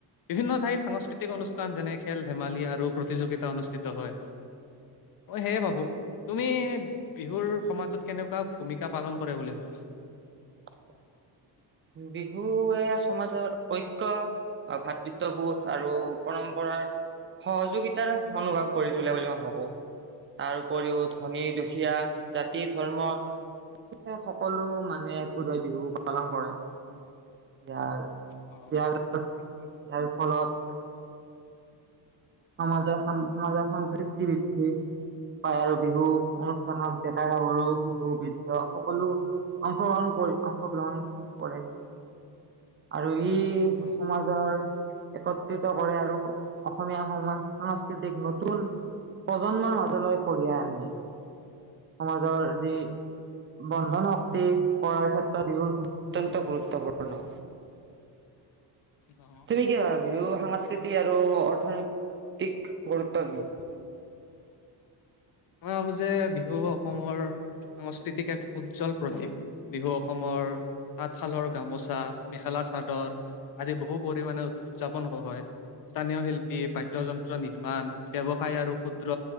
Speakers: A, on the left; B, on the right.
A: বিভিন্ন ঠাইত সাংস্কৃতিক অনুষ্ঠান যেনে খেল ধেমালি আৰু প্ৰতিযোগিতা অনুষ্ঠিত হয়। মই সেয়ে ভাবো তুমি বিহুৰ সমাজত কেনেকুৱা ভূমিকা পালন কৰে বুলি ভবা?
B: <unintelligible> বিহুৱে সমাজৰ ঐক্য আৰু ভাতৃত্ববোধ আৰু পৰম্পৰা সহযোগিতাৰ মনোভাৱ গঢ়ি তোলে বুলি মই ভাবো। তাৰ উপৰিও ধনী-দুখীয়া জাতি-ধৰ্ম সকলো মানুহে একগোট হৈ বিহু পালন কৰে। ইয়াৰ ইয়াৰ
A: অ',
B: ইয়াৰ ফলত সমাজৰ সম সমাজৰ সম্প্ৰীতি বৃদ্ধি পায় আৰু বিহু অনুষ্ঠানত ডেকা-গাভৰু, শিশু, বৃদ্ধ সকলো অংশগ্ৰহণ কৰি অংশগ্ৰহণ কৰে আৰু আৰু ই
A: অ',
B: সমাজৰ একত্ৰিত কৰে আৰু অসমীয়া সমাজ সাংস্কৃতিক নতুন প্ৰজন্মৰ মাজলৈ কঢ়িয়াই আনে। সমাজৰ যি
A: অ',
B: বন্ধন শক্তি কৰাৰ ক্ষেত্ৰত বিহু অত্যন্ত গুৰুত্বপূৰ্ণ।
A: অ',
B: তুমি কি ভাবা ভীগু? সাংস্কৃতি আৰু অৰ্থনৈতিক গুৰুত্ব কি?
A: মই ভাবো যে বিহু অসমৰ সাংস্কৃতিক এক উজ্জ্বল প্ৰতীক। বিহু অসমৰ তাঁতশালৰ গামোচা, মেখেলা চাদৰ আদি বহু পৰিমাণে উদযাপন কৰা হয়। স্থানীয় শিল্পী বাদ্যয় যন্ত্ৰ নিৰ্মাণ ব্যৱসায় আৰু ক্ষুদ্ৰ